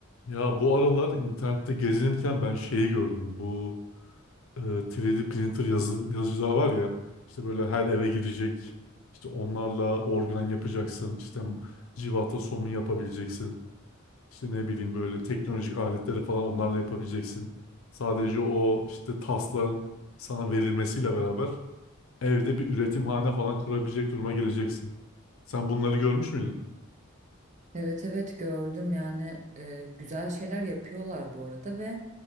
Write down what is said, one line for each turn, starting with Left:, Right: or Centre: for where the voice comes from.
Left: Ya bu aralar internette gezinirken ben şeyi gördüm. Bu e, 3D printer yazı, yazıcılar var ya. İşte böyle her eve girecek. İşte onlarla organ yapacaksın. İşte civata somun yapabileceksin. İşte ne bileyim böyle teknolojik aletleri falan onlarla yapabileceksin. Sadece o işte tasların sana verilmesiyle beraber evde bir üretimhane falan kurabilecek duruma geleceksin. Sen bunları görmüş müydün?
Right: Evet evet gördüm yani e, güzel şeyler yapıyorlar bu arada ve